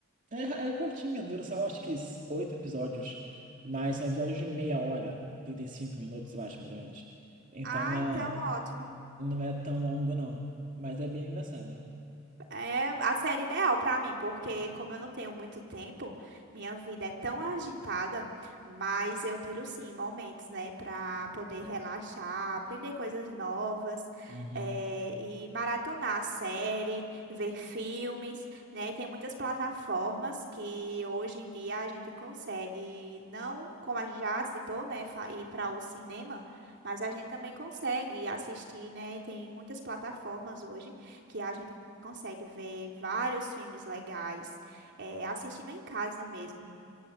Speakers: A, on the right; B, on the right.
A: É, ra- é curtinha, dura só acho que s- oito episódios, mas são episódios de meia hora, 35 minutos, eu acho, mais ou menos. Então
B: Ah,
A: é-
B: então ótimo.
A: não é tão longo, não, mas é bem engraçado.
B: É a série ideal pra mim, porque como eu não tenho muito tempo, minha vida é tão agitada, mas eu tiro sim momentos, né, pra poder relaxar, aprender coisas novas,
A: Uhum.
B: eh, e maratonar série, ver filmes, né? E tem muitas plataformas que hoje em dia a gente consegue, não como a gente já citou, né, fa- ir para o cinema, mas a gente também consegue assistir, né? Tem muitas plataformas hoje que a gente consegue ver vários filmes legais, é, assistindo em casa mesmo.